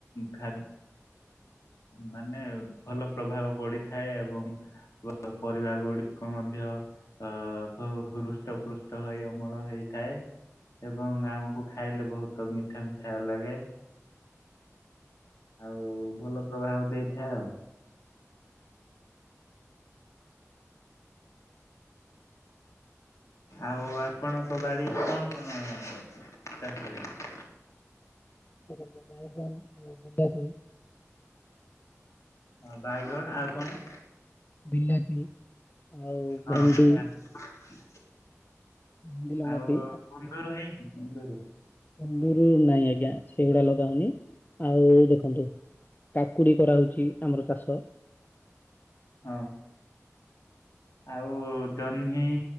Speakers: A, on the left (about 70°); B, on the left (about 35°).
A: ଖା ମାନେ ଭଲ ପ୍ରଭାବ ପଡିଥାଏ ଏବଂ ପରିବା ଗୁଡିକ ମଧ୍ୟ ଅ ହୃଷ୍ଟ ପୃ ହେଇ ଅମଳ ହେଇଥାଏ। ଏବଂ ଆମକୁ ଖାଇଲେ ବହୁତ ମିଠା ମିଠା ଲାଗେ। ଆଉ ଭଲ ପ୍ରଭାବ ଦେଇଥାଏ ଆଉ ଆଉ ଆପଣଙ୍କ ବାଡିରେ କଣ କଣ ଚାଷ ହେଇଛି?
B: <inaudible> ବାଇଗନ୍ ଆଉ ବିଲାତି।
A: ହଁ, ବାଇଗଣ ଆଉ କଣ?
B: ବିଲାତି। ଆଉ ଭେଣ୍ଡି
A: ହଁ, ବିଲାତି।
B: ଭେଣ୍ଡି ଲଗାନ୍ତି
A: ଆଉ ଭୂମି ନ୍ଦୁରୁ ହେଇନି, କୁନ୍ଦୁରୁ।
B: କୁନ୍ଦୁରୁ ନାଇଁ ଆଜ୍ଞା, ସେଗୁଡା ଲଗା ହଉନି। ଆଉ ଦେଖନ୍ତୁ କାକୁଡି କରାହଉଛି ଆମର ଚାଷ।
A: ହଁ। ଆଉ ଜହ୍ନି,